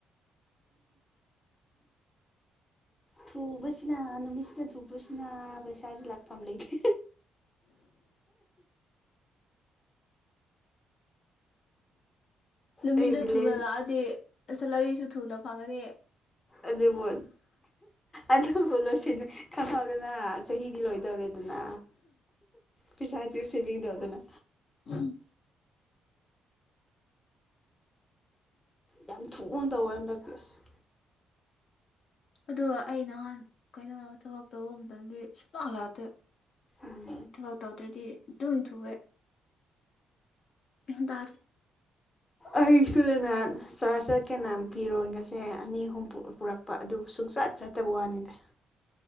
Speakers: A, on the left; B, on the left.
A: ꯊꯨꯕꯁꯤꯅ ꯅꯨꯃꯤꯠꯁꯤꯅ ꯊꯨꯕꯁꯤꯅ ꯄꯩꯁꯥꯗꯤ ꯂꯥꯛꯄ ꯂꯩꯇꯦ
B: ꯅꯨꯃꯤꯗ
A: ꯑꯩ ꯚꯤꯂꯦꯖ
B: ꯊꯨꯅ ꯂꯥꯛꯑꯗꯤ ꯁꯦꯂꯔꯤꯁꯨ ꯊꯨꯅ ꯑꯉꯅꯦꯦ
A: ꯑꯗꯨ ꯑꯗꯨꯣ ꯑꯗꯨꯗꯣꯂꯣ ꯁꯤꯅꯤ ꯀꯩꯅꯗ ꯆꯍꯤꯗꯤ ꯂꯣꯏꯗꯧꯔꯦꯗꯤ ꯅ ꯄꯤꯁꯥꯠꯇꯔꯁꯤꯕꯤꯒꯗ ꯑꯗꯨꯅꯦ
B: ꯎ
A: ꯌꯥꯝ ꯊꯨꯅ ꯇꯧꯋꯦ ꯍꯟꯗꯛꯇꯤ ꯑꯁ
B: ꯑꯗꯨꯒ ꯑꯩ ꯅꯍꯥꯟ ꯀꯩꯅꯣ ꯊꯕꯛ ꯇꯧꯕ ꯃꯇꯝꯗꯤ ꯁꯨꯡꯂꯥꯛ ꯂꯥꯛꯇꯦ
A: ꯎꯝ
B: ꯊꯕꯛ ꯇꯧꯗ꯭ꯔꯗꯤ ꯑꯗꯨꯝ ꯊꯨꯑꯦ ꯏꯗꯔ
A: ꯑꯩ ꯏꯁꯨꯗ ꯅꯍ ꯆꯥꯔꯖ ꯆꯠꯀꯦꯅ ꯐꯤꯔꯣꯟꯒꯁꯦ ꯑꯅꯤ ꯑꯍꯨꯝ ꯄꯨꯔꯛꯄ ꯑꯗꯨ ꯁꯨꯡꯆꯠ ꯆꯠꯇꯕ ꯋꯥꯅꯤꯗ